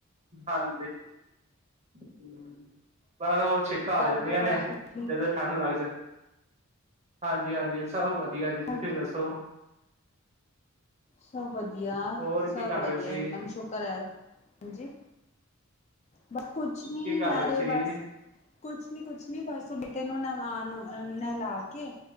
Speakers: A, on the right (about 30°); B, on the left (about 35°).
A: ਹਾਂਜੀ ਹਮ, ਪਰ ਹੋਰ ਛਿੱਕਾ ਆ,
B: ਘਰ
A: ਜਾਂਦੀਆਂ
B: ਪਰਿਵਾਰ
A: ਨੇ
B: ਸਭ ਠੀਕ
A: ਜਦੋਂ ਠੰਡ ਲੱਗ ਜਾਦੀ ਹਾਂਜੀ-ਹਾਂਜੀ ਸਭ ਵਧੀਆ ਜੀ ਤੁਸੀਂ
B: ਠਾਕ
A: ਦੱਸੋ!
B: ਸਭ ਵਧੀਆ,
A: ਹੋਰ
B: ਸਭ
A: ਕੀ ਕਰ
B: ਵਧੀਆ।
A: ਰਹੇ ਸੀ,
B: ਇੱਕ ਦਮ ਸ਼ੁਕਰ ਐ। ਹਾਂਜੀ ਬਸ ਕੁਛ ਨੀ
A: ਕੀ ਕਰ
B: ਮੈਰੇ
A: ਰਹੇ ਸੀ?
B: ਬਸ ਕੁਛ ਨੀ ਕੁਛ ਨੀ ਬਸ, ਬੇਟੇ ਨੂੰ ਨਵਾਨ ਨਹਿਲਾ ਕੇ